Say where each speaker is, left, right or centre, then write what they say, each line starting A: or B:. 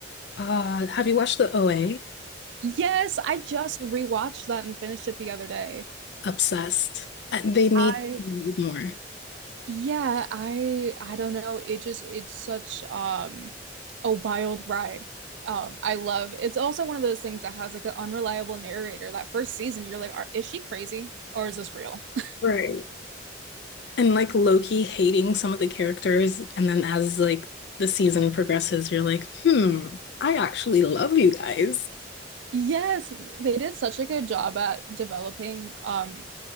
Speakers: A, on the left; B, on the right.
A: Uh, have you watched the OA?
B: Yes, I just rewatched that and finished it the other day.
A: Obsessed. Uh, They need
B: I
A: more.
B: Yeah, I I don't know. It just it's such um a wild ride. Um, I love it's also one of those things that has like an unreliable narrator. That first season, you're like, Are, is she crazy or is this real? <laughs>
A: Right. And like Loki hating some of the characters, and then as like the season progresses, you're like, hmm, I actually love you guys.
B: Yes, they did such a good job at developing um